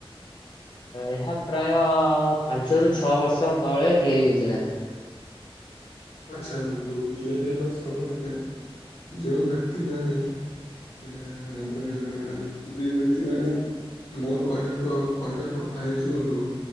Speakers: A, on the left; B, on the left.
A: ଏହା ପ୍ରାୟ ପାଞ୍ଚରୁ ଛଅ ବର୍ଷ ତଳେ ତିଆରି ହୋଇଥିଲା।
B: <inaudible> ଆଚ୍ଛା ବନ୍ଧୁ ତିଆରି ହେବା ସମୟରେ ଯୋଉ ବ୍ୟକ୍ତି ମାନେ ଅ ହ ବ୍ୟକ୍ତି ମାନେ। ମୋର କହିବାକୁ ଆଉ କହିବାର କଥା ହେଇଛି ବନ୍ଧୁ।